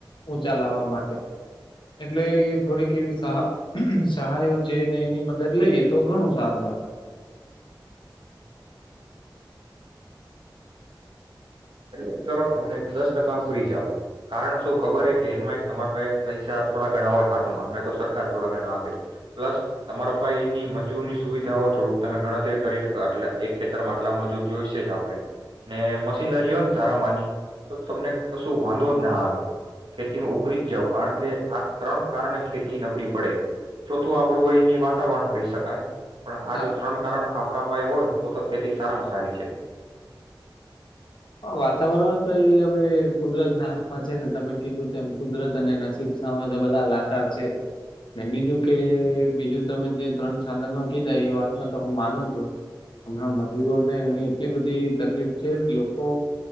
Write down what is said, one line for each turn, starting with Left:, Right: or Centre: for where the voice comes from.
Left: ઊંચા લાવવા માટે એટલે એ થોડીક એવી સહ સહાયો છે અને એની મદદ લઈએ તો ઘણું સારું એમ
Right: અરે કરો તમે દસ ટકા ફ્રી જાવ, કારણ શું ખબર હે કે એનમાં એક તમારા પાંહે પૈસા થોડા ગણા હોય હાથમાં નઈ તો સરકાર થોડા ઘણા આપે, પ્લસ તમારા પાહે એની મજૂરની સુવિધા હોય થોડુંક તમે ગણતરી કરી લો આટલે એ ખેતરમાં આટલા મજૂર જોઈશે જ આપણે ને મ શીનરીઓ ને સારા માની, તો તમને કશું વાંધો જ ના આવે, ખેતીમાં ઉકરી જ જાવ કાણ કે આ ત્રણ કારણે ખેતી નબળી પડે, ચોથું આપણું એની વાતાવરણ કહી શકાય. પણ આ
Left: હા.
Right: જો ત્રણ કારણ આપણા પાયે હોય તો તો ખેતી સારામાં સારી છે.
Left: હ વાતાવરણ તો એ અવે કુદરતના હાથમાં છે ને તમે કીધું તેમ કુદરત અને નસીબ સામે તો બધા લાચાર છે, બીજું કે બીજું તમે જે ત્રણ સાધનો કીધા એ વાતમાં તો હું માનું છું હમણાં મજૂરોને એવી એટલી બધી તકલીફ છે, લો કો